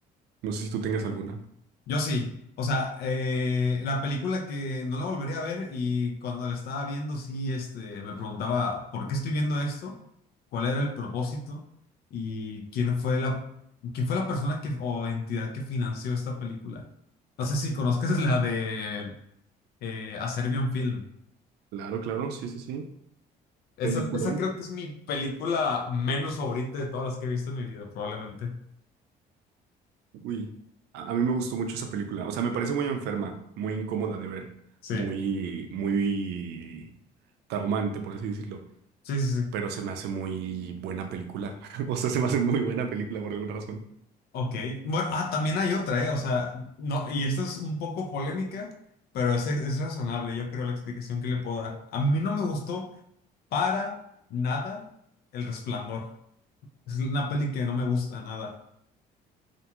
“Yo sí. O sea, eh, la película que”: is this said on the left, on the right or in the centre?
Left